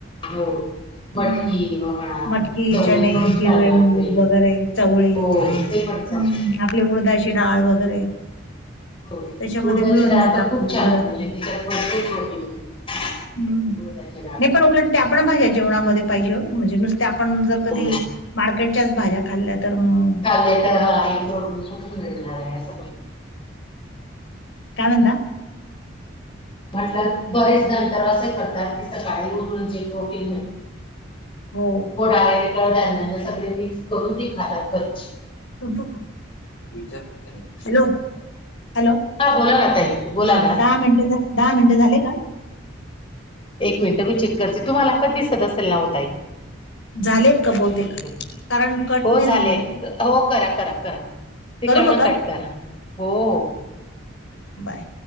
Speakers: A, on the left (about 25°); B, on the left (about 80°).
A: हो मटकी
B: हम्म
A: वहणा
B: मटकी,
A: तेवळी
B: चणे,
A: पण
B: हिरवे
A: छान लागते
B: मूग वगैरे चवळी
A: हो ते
B: हम्म
A: पण चांगलं
B: आपली उडदाची डाळ वगैरे
A: हो
B: त्याच्यामध्ये
A: उडदाची
B: मिळून
A: डाळ
B: जात
A: तर
B: आपल्याला
A: खूप छान
B: बराचसा
A: म्हणजे तिच्यात भरपूर प्रोटीन मिळतं
B: हम्म
A: उडदाच्या डाळीमध्ये
B: नाही पण उलटते आपण भाझ्या जेवणामध्ये पाहिजे म्हणजे नुसते आपण जर कधी
A: हो
B: मार्केटच्याच भाज्या खाल्ल्या तर मग
A: लय तरोडून कुठून मिळणार आहे अस
B: काय म्हणता
A: म्हटलं बरेच नंतर असे करतात की सकाळी उठून जे प्रोटीन
B: हो
A: मोडा आलेलं कडधान्य सगळे मिक्स करून ती खातात कच्ची
B: चलतो कां विचार मग त्यांना हॅलो हॅलो
A: हा बोला ना ताई बोला
B: हां
A: ना
B: दहा मिनटं दया दहा मिनटं झाले का?
A: एक मिनट मी चेक करते तुम्हाला पण दिसत असेल ना ओ ताई
B: झाले का बहुतेक
A: एकमिट
B: कारण कट
A: हो
B: नाही
A: झाले
B: झालेला.
A: हो करा करा करा. तिकळणा
B: करू का
A: कट करा हो हो.
B: बाय.